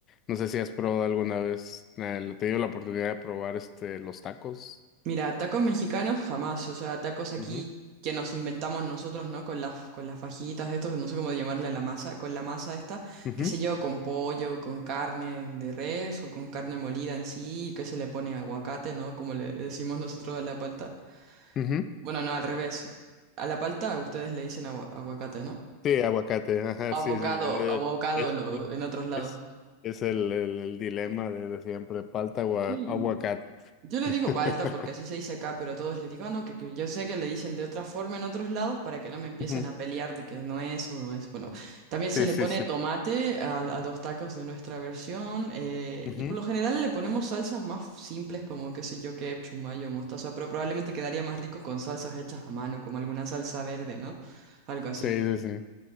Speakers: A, on the left; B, on the right.
A: No sé si has probado alguna vez, eh, he tenido la oportunidad de probar, este, los tacos.
B: Mira, tacos mexicanos jamás, o sea, tacos aquí
A: Ujú,
B: que nos inventamos nosotros, ¿no? Con las, con las fajitas, estos, no sé cómo llamarle a la masa, con la masa esta,
A: ujú,
B: qué sé yo, con pollo, con carne de res o con carne molida en sí, que se le pone aguacate, ¿no? Como le decimos nosotros a la palta.
A: ujú.
B: Bueno, no, al revés. A la palta ustedes le dicen agua- aguacate, ¿no?
A: Sí, aguacate, ajá,
B: O abocado,
A: sí, sí, sí, eh,
B: abocado
A: es,
B: lo-
A: eh,
B: en otros lados.
A: es, es el, el, el dilema de, de siempre, palta o a-
B: Sí.
A: aguacate.
B: Yo le
A: <laughs>
B: digo palta porque así se dice acá, pero a todos les digo, "Ah, no, que, que yo sé que le dicen de otra forma en otros lados para que no me empiecen
A: Ujú,
B: a pelear de que no es o no es. Bueno, también se
A: Sí,
B: le
A: sí,
B: pone
A: sí.
B: tomate a, a los tacos de nuestra versión eh,
A: Ujú,
B: y por lo general le ponemos salsas más simples como, qué sé yo, ketchup, mayo, mostaza, pero probablemente quedaría más rico con salsas hechas a mano, como alguna salsa verde, ¿no? Algo así.
A: Sí, sí, sí.